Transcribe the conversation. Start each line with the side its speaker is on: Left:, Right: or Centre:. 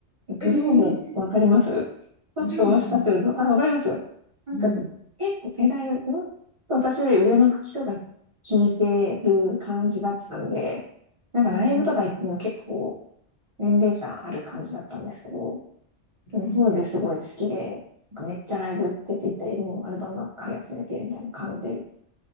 Right: グローブ、
Left: えー、
Right: わかりますちょっともしかすると、
Left: もちろん、もちろん、もち
Right: あ、わかりますなんか、
Left: ろんうん。
Right: 結構世代、もっと私より上の人が聞いてる感じだったんで、なんかライブとか行っても結構
Left: うんうん。
Right: 年齢差ある感じだったんですけど、でも当時すごい好きで、
Left: うんうん。
Right: なんかめっちゃライブ行って行ったり、もうアルバム買い集めてみたいな感じ